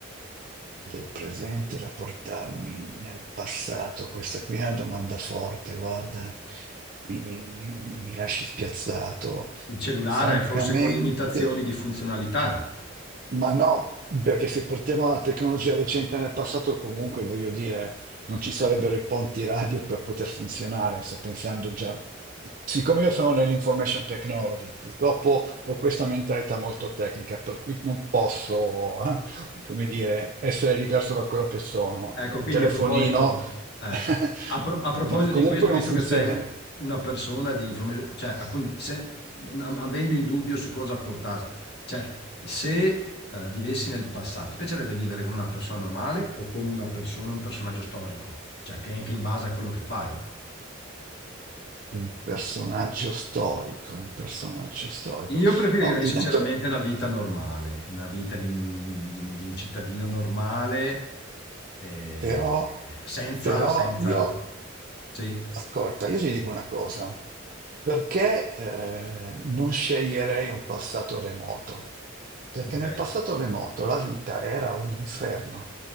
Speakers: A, on the right (about 45°); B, on the left (about 55°).
A: del presente da portarmi nel passato, questa qui è una domanda forte, guarda, mi, mi- mi- mi lasci spiazzato.
B: Il cellulare
A: Francamente,
B: forse con limitazioni di funzionalità.
A: Ma no, perché se portiamo la tecnologia recente nel passato, comunque voglio dire, non ci sarebbero i ponti radio per poter funzionare. Sto pensando già, siccome io sono nell'information technology, purtroppo ho questa mentalità molto tecnica, per cui non posso, eh, come dire, essere diverso da quello che sono.
B: Ecco,
A: Un
B: quindi
A: telefonino,
B: a proposito, eh,
A: <laughs>
B: a, pro- a proposito
A: no- comunque
B: di questo,
A: non
B: visto
A: funzionerebbe.
B: che sei u- una persona di informazione, cioè, ah, quindi se- am- avendo in dubbio su cosa portarti, cioè, se eh, vivessi nel passato, ti piacerebbe vivere come una persona normale o come una persona, un personaggio storico? Cioè, che è anche in base a quello che fai.
A: Un personaggio storico, un personaggio storico.
B: Io preferirei
A: Oh, intanto.
B: sinceramente una vita normale, una vita di un, di un- di un cittadino normale, eh,
A: Però,
B: senza,
A: però
B: senza...
A: io,
B: Sì,
A: ascolta, io ti dico una cosa, perché eh, non sceglierei un passato remoto? Perché
B: ok.
A: nel passato remoto la vita era un inferno,